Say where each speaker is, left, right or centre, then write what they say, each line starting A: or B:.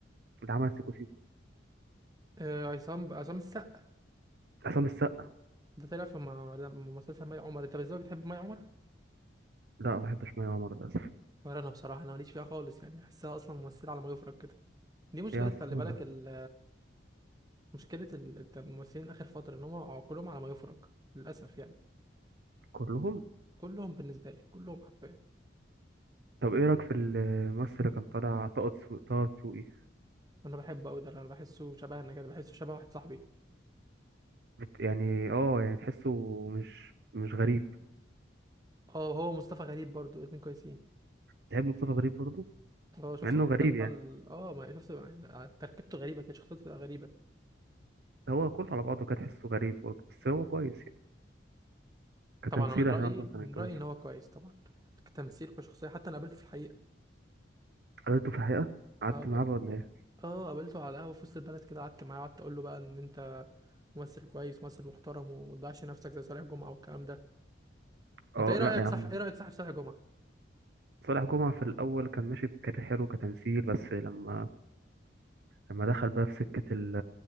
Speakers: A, on the right; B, on the right.
A: اللي عمل سيكو سيكو
B: آه، عصام عصام السقا
A: عصام السقا
B: ده طلع في م- مسلسل مي عمر انت ازاي بتحب مي عمر
A: لا ما بحبش مي عمر للأسف
B: ولا انا بصراحه انا ماليش فيها خالص يعني احسها اصلا ممثله على ما يفرج كده دي مشكله
A: هي عسولة
B: خلي بالك ال- مشكله ال- الممثلين اخر فتره ان هم كلهم على ما يفرج للاسف يعني
A: كلهم
B: كلهم بالنسبه لي كلهم حرفيا
A: طب ايه رأيك في الممثل اللي كان طالع طه دسو- طه دسوقي
B: انا بحبه قوي ده انا بحسه شبهنا كده بحسه شبه واحد صاحبي
A: بت- يعني اه يعني تحسه مش مش غريب
B: اه هو مصطفى غريب برضو الاتنين كويسين
A: تحب مصطفى غريب برضه
B: اه شفت
A: مع انه
B: المسلسل
A: غريب
B: بتاع
A: يعني
B: ال- اه ما شفت يعني تركيبته غريبه كانت شخصيته غريبه
A: هو كله على بعضه كان تحسه غريب برضه بس هو كويس يعني كتمثيل
B: طبعا انا من رايي
A: احنا برضه
B: من
A: كان يتجوزه
B: رايي ان هو كويس طبعا كتمثيل كشخصيه حتى انا قابلته في الحقيقه
A: قابلته في الحقيقة قعدت
B: اه ب-
A: معاه بقى ولا ايه
B: اه قابلته على القهوة في وسط البلد كده قعدت معاه وقعدت اقول له بقى ان انت ممثل كويس ممثل محترم وما تضيعش نفسك زي صالح جمعة والكلام ده انت
A: اه
B: ايه رأيك
A: لا يا عم
B: صح ايه رأيك صح في صالح جمعة
A: صالح جمعة في الأول كان ماشي بكارير حلو كتمثيل بس لما لما دخل بقى في سكة ال-